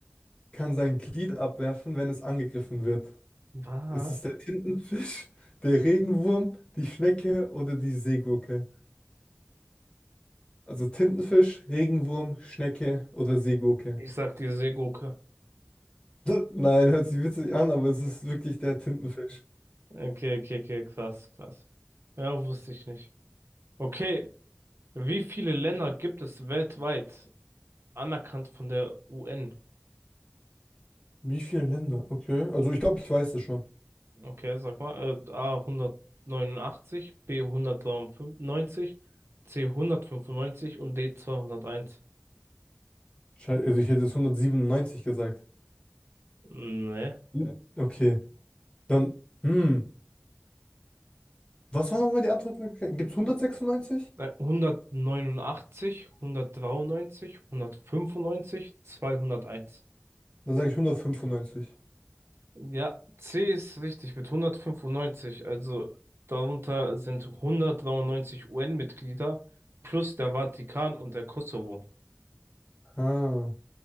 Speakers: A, on the left; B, on the right.
A: kann sein Glied abwerfen, wenn es angegriffen wird?
B: Was?
A: Ist es der Tintenfisch, der Regenwurm, die Schnecke oder die Seegurke? Also Tintenfisch, Regenwurm, Schnecke oder Seegurke?
B: Ich sag die Seegurke.
A: <laughs> Nein, hört sich witzig an, aber es ist wirklich der Tintenfisch.
B: Okay, okay, okay, krass, krass. Ja, wusste ich nicht. Okay, wie viele Länder gibt es weltweit anerkannt von der UN?
A: Wie viele Länder? Okay. Also ich glaube, ich weiß das schon.
B: Okay, sag mal, äh, A 189, B 193, C 195 und D 201.
A: Schei- Also ich hätte jetzt 197 gesagt.
B: Nee.
A: Ja. Okay. Dann, hm. Was war nochmal die Antwort? Gibt es 196?
B: Hu- äh, 189, 193, 195, 201.
A: Dann sage ich 195.
B: Ja, C ist richtig mit 195. Also darunter sind 193 UN-Mitglieder plus der Vatikan und der Kosovo.
A: Ah.